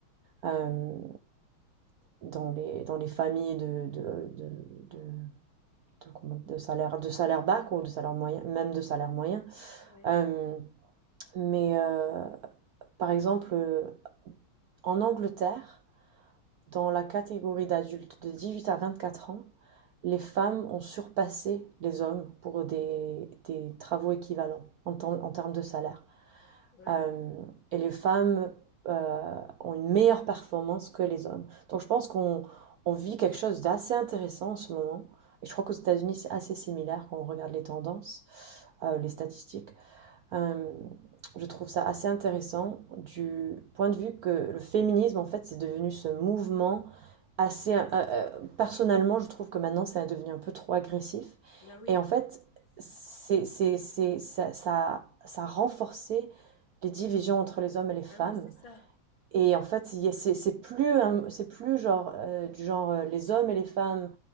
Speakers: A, on the right; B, on the left.
A: euh, dans les, dans les familles de, de, de, de- de, de salaire, de salaire bas, ou de salaire moyen, même de salaire moyen.
B: ouais,
A: Euh, mais euh, par exemple, euh, en Angleterre, dans la catégorie d'adultes de 18 à 24 ans, les femmes ont surpassé les hommes pour des, des travaux équivalents en, temps- en termes de salaire.
B: ouais,
A: Euh, et les femmes euh, ont une meilleure performance que les hommes. Donc je pense qu'on on vit quelque chose d'assez intéressant en ce moment. Et je crois qu'aux États-Unis, c'est assez similaire quand on regarde les tendances, euh, les statistiques. Euh, je trouve ça assez intéressant du point de vue que le féminisme, en fait, c'est devenu ce mouvement assez... euh, euh, personnellement, je trouve que maintenant, ça a devenu un peu trop agressif.
B: bah oui,
A: Et en fait, c'est, c'est, c'est, ça, ça, ça a renforcé les divisions entre les hommes et les femmes.
B: bah oui, c'est ça.
A: Et en fait, c'est c'est plus, un- c'est plus genre, euh, du genre euh, les hommes et les femmes